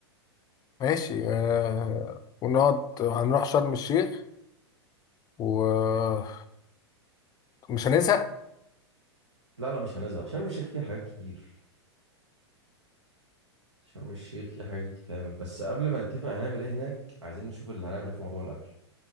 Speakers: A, on the left (about 25°); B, on the right (about 80°).
A: ماشي آه... ونقعد هنروح شرم الشيخ ومش هنزهق
B: لا لا مش هنزهق شرم الشيخ فيها حاجات كتير شرم الشيخ فيها حاجات تتعمل بس قبل ما نتفق هنعمل ايه هناك عايزين نشوف اللي هنعمل ايه في موضوع الاكل